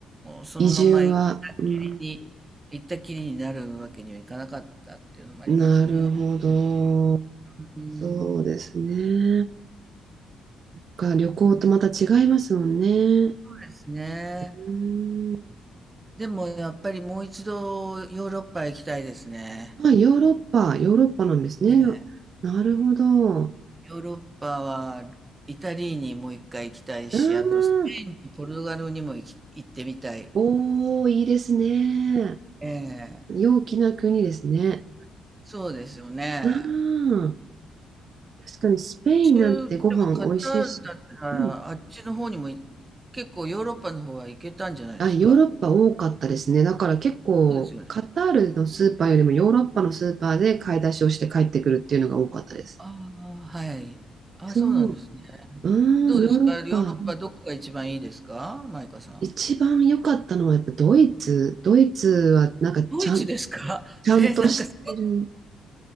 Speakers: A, on the right (about 25°); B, on the right (about 55°).
A: そのまま行ったっきりに、
B: 移住は、うん。
A: 行ったきりになるわけにはいかなかったっていうのもありますね。
B: なるほど。
A: うん、
B: そうですね。か旅行とまた違いますもんね。
A: そうですね。
B: うん。
A: でも、やっぱりもう一度ヨーロッパへ行きたいですね。
B: まあ、ヨーロッパ、ヨーロッパなんですね。
A: ええ。
B: な、なるほど。
A: ヨーロッパはイタリーにもう一回行きたいし、
B: ああ、
A: あとスペインとポルトガルにも行き、行ってみたい。
B: おー、いいですね。
A: ええ、
B: 陽気な国ですね。
A: そうですよね。
B: ああ、確かにスペインなんてご飯美味しいし、
A: 中、でもカタールだったらあっちの方にもい
B: うん、
A: 結構ヨーロッパの方は行けたんじゃないですか
B: あ、ヨーロッパ多かったですね。だから結構カタールのスーパーよりもヨーロッパのスーパーで買い出しをして帰ってくるっていうのが多かったです。
A: そうですよね。ああ、はい。ああ、
B: そう。
A: そうなんですね。
B: うん、
A: どうですかヨーロッパどこが一番いいですかマイカさん。
B: ヨーロッパ。一番良かったのはやっぱドイツ。ドイツはなんかちゃん、
A: ドイツですか <laughs>
B: ちゃんとしてる。
A: え、なんかす